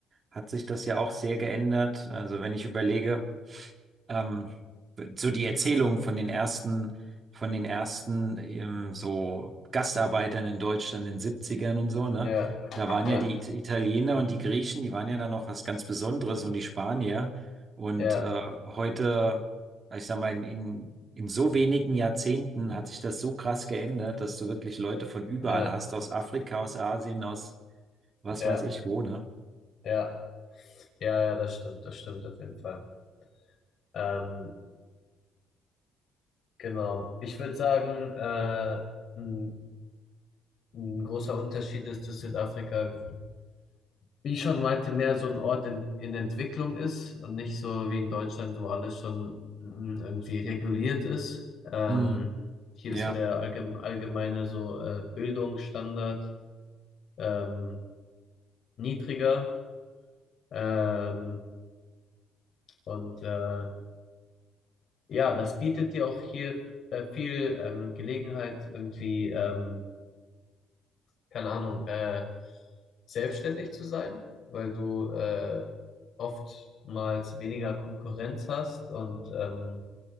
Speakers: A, on the right (about 40°); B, on the left (about 60°).
A: hat sich das ja auch sehr geändert. Also wenn ich überlege, ähm, so die Erzählungen von den ersten, von den ersten ähm, so Gastarbeitern in Deutschland in den Siebzigern und so, ne?
B: Ja,
A: Da waren
B: ja,
A: ja die It- Italiener und die Griechen, die waren ja dann noch was ganz Besonderes und die Spanier. Und
B: ja,
A: äh, heute, ich sag mal, in, in, in so wenigen Jahrzehnten hat sich das so krass geändert, dass du wirklich Leute von überall
B: ja,
A: hast, aus Afrika, aus Asien, aus was
B: ja,
A: weiß ich wo, ne?
B: ja, ja, ja, das stimmt, das stimmt auf jeden Fall. Ähm, genau. Ich würde sagen, äh, Ein großer Unterschied ist, dass Südafrika, wie ich schon meinte, mehr so ein Ort in, in Entwicklung ist und nicht so wie in Deutschland, wo alles schon mm, irgendwie reguliert ist. Ähm,
A: Hm,
B: hier
A: ja.
B: ist so der allgem- allgemeine so äh, Bildungsstandard ähm, niedriger. Ähm, und äh, ja, das bietet dir auch hier äh, viel ähm, Gelegenheit, irgendwie ähm, keine Ahnung, äh, selbstständig zu sein, weil du äh, oftmals weniger Konkurrenz hast und ähm,